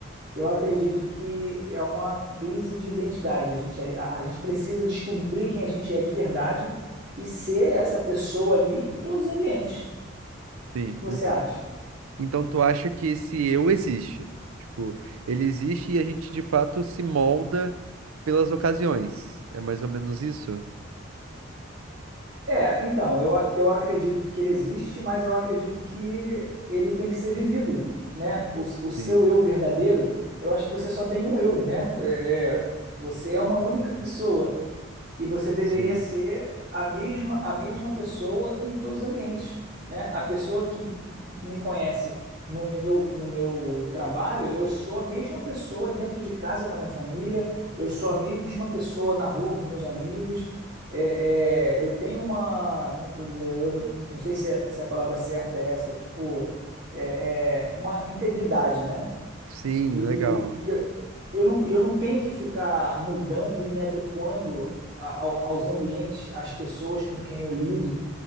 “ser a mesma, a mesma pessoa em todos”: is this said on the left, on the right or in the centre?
Right